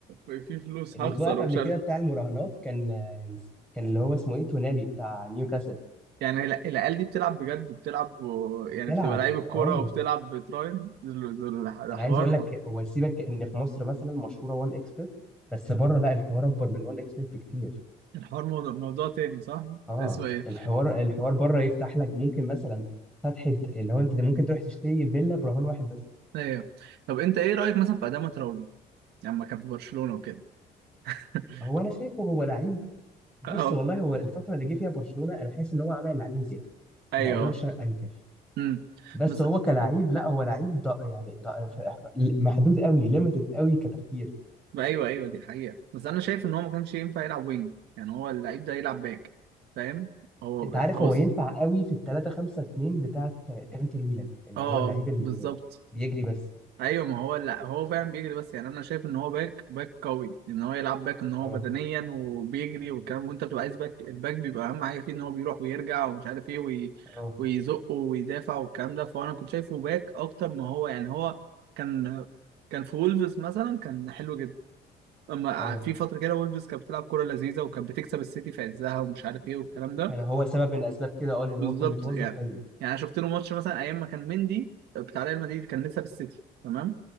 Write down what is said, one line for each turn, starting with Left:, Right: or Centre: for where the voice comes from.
Right: في في فلوس
Centre: <laughs> اللي
Right: هخسر
Centre: اتوقف قبل
Right: ومش
Centre: كده
Right: عارف
Centre: بتاع المراهنات كان كان اللي هو اسمه ايه تونالي بتاع نيوكاسل
Right: يعني الع- العيال دي بتلعب بجد بتلعب و... يعني
Centre: بتلعب
Right: بتبقى لعيب الكورة
Centre: اه
Right: وبتلعب بتراين دول- دول الحوار
Centre: انا عايز اقول لك
Right: م-
Centre: هو سيبك ان في مصر مثلا مشهوره وان اكسبرت بس بره لا الحوار اكبر من وان اكسبرت بكتير
Right: الحوار مو- موضوع تاني صح؟
Centre: اه
Right: اسمه ايه؟
Centre: الحوار الحوار بره يفتح لك ممكن مثلا فتحه اللي هو انت ممكن تروح تشتري فيلا برهان واحد بس
Right: ايوه طب انت ايه رأيك مثلا في أداما تراوري لما كان في برشلونة وكده؟ <laughs>
Centre: هو انا شايفه هو لعيب بص
Right: اه
Centre: والله هو الفتره اللي جه فيها برشلونه انا حاسس ان هو عمل اللي عليه زياده
Right: ايوه
Centre: ما اقدرش انكر
Right: امم
Centre: بس
Right: بس
Centre: هو كلاعب لا هو لعيب ض- يعني ض- محدود قوي ليميتد قوي كتفكير
Right: ايوه ايوه دي الحقيقه بس انا شايف ان هو ما كانش ينفع يلعب وينج يعني هو اللعيب ده يلعب باك فاهم هو
Centre: انت عارف
Right: هو
Centre: هو ينفع قوي في الثلاثة خمسة اتنين بتاعت انتر ميلان اللي
Right: اه
Centre: هو اللعيب اللي
Right: بالظبط
Centre: بيجري بس
Right: ايوه ما هو لا هو فعلا بيجري بس يعني انا شايف ان هو باك باك قوي ان هو يلعب باك ان هو
Centre: اه
Right: بدنيا وبيجري والكلام وانت بتبقى عايز باك الباك بيبقى اهم حاجه فيه ان هو بيروح ويرجع ومش عارف ايه وي...
Centre: اه
Right: ويزق ويدافع والكلام ده فانا كنت شايفه باك اكتر ما هو يعني هو كان كان في وولفز مثلا كان حلو جدا اما
Centre: اه
Right: في فتره كده وولفز كانت بتلعب كوره لذيذه وكانت بتكسب السيتي في عزها ومش عارف ايه والكلام ده
Centre: كان هو سبب من اسباب كده اه لان
Right: بالظبط
Centre: هو كان متوظف
Right: يعني
Centre: حلو
Right: يعني أنا شفت له ماتش مثلا ايام ما كان مندي بتاع ريال مدريد كان لسه في السيتي تمام